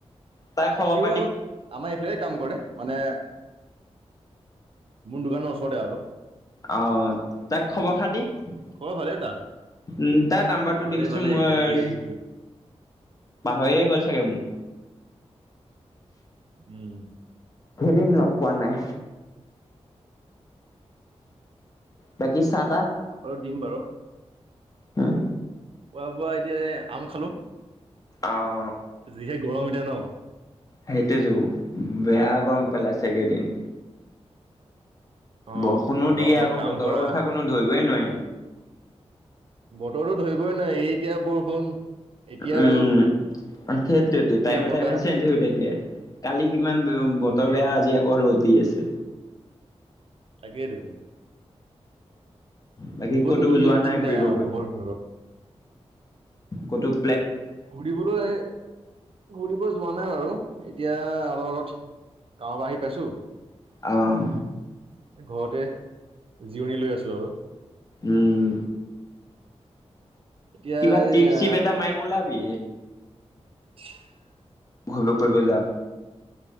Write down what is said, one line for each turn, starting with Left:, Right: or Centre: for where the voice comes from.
Left: তাই খবৰ
Right: এই সিও
Left: পাতি
Right: আমাৰ এইফালে কাম কৰে। মানে মোৰ দোকানৰ ওচৰতে আৰু।
Left: আহ তাক খবৰ খাতি উম
Right: খবৰ ভালেই তাৰ
Left: তাৰ নাম্বাৰটো
Right: ভালেই
Left: দিবিচোন
Right: ভালেই
Left: মই
Right: এতিয়া সি হেৰি
Left: পাহৰিয়ে গ'ল চাগে মোক।
Right: উম।
Left: কেইদিন লগ পোৱা নাই। বাকি চাত
Right: নাম্বাৰ টো দিম বাৰু।
Left: হম্।
Right: খোৱা বোৱা এতিয়া এ আম খালো।
Left: অ।
Right: যিহে গৰম এতিয়া ন।
Left: সেইটোতো বেয়া গৰম পেলাইছে এইকেইদিন।
Right: অ'
Left: বৰষুণো
Right: গৰমত
Left: দিয়ে আকৌ
Right: কাম
Left: বতৰৰ
Right: কৰা।
Left: কথা কোনো ধৰিবই নোৱাৰি।
Right: বতৰতো ধৰিবই নোৱাৰি এই এতিয়া বৰষুণ। এতিয়া
Left: উম
Right: ৰ'দ,
Left: সেইটোৱেটো
Right: এতিয়া
Left: টাইমে
Right: বতাহ।
Left: টাইমে চেঞ্জ হৈ থাক কালি। কিমান বতৰ
Right: অ' সেই
Left: বেয়া আজি আকৌ ৰ'দ দি আছে।
Right: তাকে আৰু
Left: বাকী
Right: জীৱনটো
Left: ক'তো
Right: কি
Left: যোৱা
Right: হৈ গৈছে ঠিক
Left: ঘূৰিব
Right: নাই অ বৰ-
Left: কটুক
Right: ঘুৰিবলৈ এ ঘুৰিব যোৱা নাই বাৰু। এতিয়া অলপ আগত গাঁৱৰ পৰা আহি পাইছোঁ।
Left: আহ
Right: ঘৰতে জিৰণি লৈ আছোঁ আৰু
Left: উম
Right: এতিয়া
Left: কিবা
Right: এই
Left: টিপ
Right: আ
Left: চিপ এটা মাইম ওলাবি।
Right: <inaudible>
Left: ঘূৰিব ফুৰিব কৰিব যাম